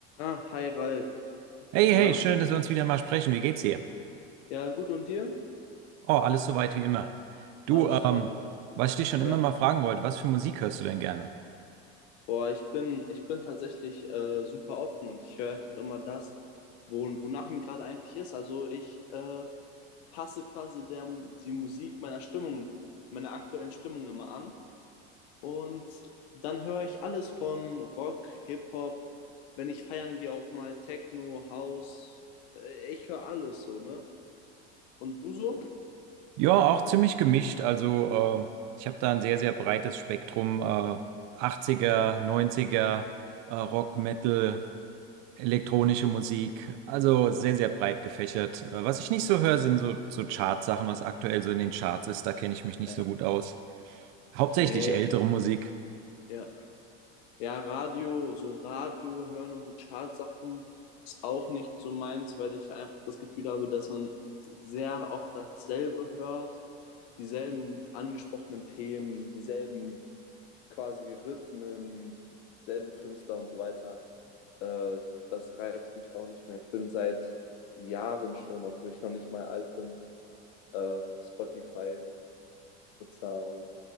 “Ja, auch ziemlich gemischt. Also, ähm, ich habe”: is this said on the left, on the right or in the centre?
Right